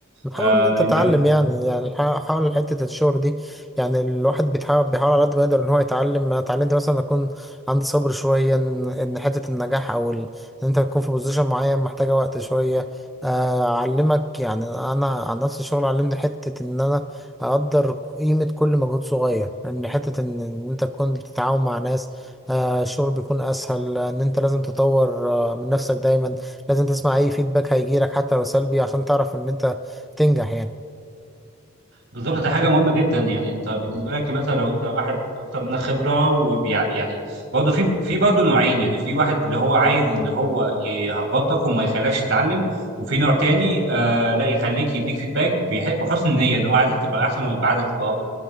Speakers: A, in the centre; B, on the right.
A: حاول
B: آه
A: ان انت
B: انت
A: تتعلم
B: ب...
A: يعني يعني حا- حاول حته الشغل دي يعني الواحد بيتحاول بيحاول على قد ما يقدر ان هو يتعلم انا اتعلمت مثلا اكون عندي صبر شويه ان إن حته النجاح او ال... ان انت تكون في بوزيشن معين محتاجه وقت شويه آه، اعلمك يعني انا عن نفس الشغل علمني حته ان انا اقدر قيمه كل مجهود صغير ان حته ان إن انت تكون بتتعاون مع ناس آه، الشغل بيكون اسهل ان انت لازم تطور آه، من نفسك دايما لازم تسمع اي فيدباك هيجيلك حتى لو سلبي عشان تعرف ان انت تنجح يعني
B: بالظبط ده حاجه مهمه جدا يعني انت بالنسبه لك مثلا لو انت واحد اكتر منك خبره وبيع... يعني برضه في في برضه نوعين يعني في واحد اللي هو عايز ان هو يهبطك وما يخليكش تتعلم وفي نوع تاني آه لا يخليك يديك فيدباك بيح... بحسن النيه ان هو عايزك تبقى احسن ويبقى عايزك تبقى افضل